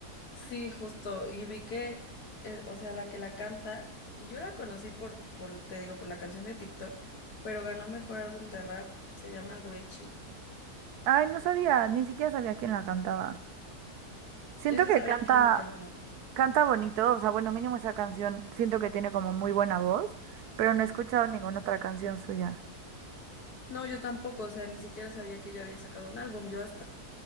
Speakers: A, on the left; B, on the right.
A: Sí, justo. Y vi que, eh, o sea, la que la canta, yo la conocí por, por, te digo, por la canción de TikTok, pero ganó mejor álbum de rap. Se llama Doechi.
B: Ay, no sabía, ni siquiera sabía quién la cantaba. Siento
A: Yo sí
B: que
A: sabía
B: canta,
A: quién la cantaba.
B: canta bonito, o sea, bueno, mínimo esa canción, siento que tiene como muy buena voz, pero no he escuchado ninguna otra canción suya.
A: No, yo tampoco, o sea, ni siquiera sabía que ella había sacado un álbum. Yo hasta